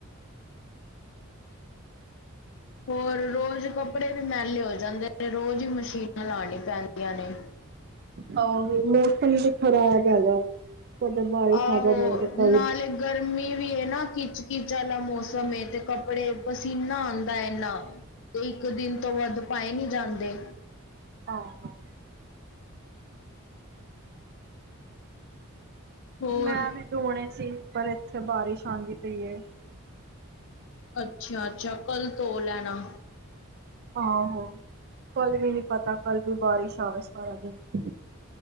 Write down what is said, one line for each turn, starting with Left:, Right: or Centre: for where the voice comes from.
Left: ਹੋਰ ਰੋਜ਼ ਕੱਪੜੇ ਵੀ ਮੈਲੇ ਹੋ ਜਾਂਦੇ ਨੇ, ਰੋਜ਼ ਹੀ ਮਸ਼ੀਨਾਂ ਲਾਣੀਆ ਪੈਂਦੀਆਂ ਨੇ।
Right: ਹਾਂ ਮੌਸਮ ਵੀ ਖ਼ਰਾਬ ਹੈਗਾ, ਕਦੇ ਬਾਰਿਸ਼
Left: ਆਹੋ
Right: ਆ ਜਾਂਦੀ ਕਈ
Left: ਨਾਲੇ ਗਰਮੀ ਵੀ ਏ ਨਾ, ਖਿੱਚ- ਖਿਚ ਆਲਾ ਮੌਸਮ ਏ, ਤੇ ਕੱਪੜੇ ਪਸੀਨਾ ਆਉਂਦਾ ਇਨਾ। ਕੋਈ ਇੱਕ ਦਿਨ ਤੋਂ ਵੱਧ ਪਾਏ ਨਹੀਂ ਜਾਂਦੇ।
Right: ਆਹ ਹਾਂ।
Left: ਹੋਰ
Right: ਮੈਂ ਵੀ ਦੋਣੇ ਸੀ ਪਰ ਇੱਥੇ ਬਾਰਿਸ਼ ਆਂਦੀ ਪਈਏ।
Left: ਅੱਛਾ -ਅੱਛਾ ਕੱਲ ਧੋ ਲੈਣਾ।
Right: ਆਹਾ, ਕੱਲ ਵੀ ਨੀ ਪਤਾ ਕੱਲ ਵੀ ਬਾਰਿਸ਼ ਆਵੇ ਸਾਰਾ ਦਿਨ।